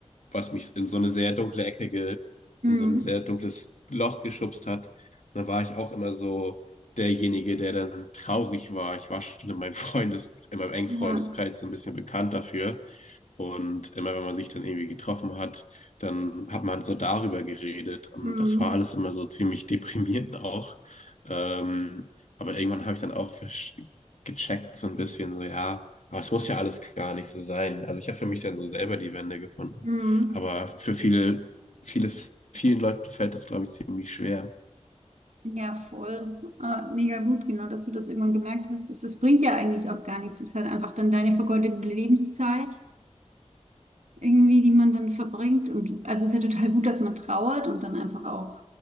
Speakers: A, on the left; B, on the right.
A: was mich in so eine sehr dunkle Ecke, ge,
B: hm,
A: in so ein sehr dunkles Loch geschubst hat. Und da war ich auch immer so derjenige, der dann traurig war. Ich war schon in meinem Freundes, in meinem engen
B: ja,
A: Freundeskreis so ein bisschen bekannt dafür und immer wenn man sich dann irgendwie getroffen hat, dann hat man so darüber geredet. Und
B: hm,
A: das war alles immer so ziemlich deprimierend auch. Ähm, aber irgendwann habe ich dann auch versch- gecheckt, so ein bisschen, so ja, aber es muss ja alles gar nicht so sein. Also ich habe für mich dann so selber die Wende gefunden.
B: hm.
A: Aber für viele, viele, vielen Leuten fällt das, glaube ich, ziemlich schwer.
B: Ja, voll. Äh, mega gut, genau, dass du das irgendwann gemerkt hast. Es, das bringt ja eigentlich auch gar nichts. Es ist halt einfach dann deine vergeudete Lebenszeit. irgendwie, die man dann verbringt. Und also es ist ja total gut, dass man trauert und dann einfach auch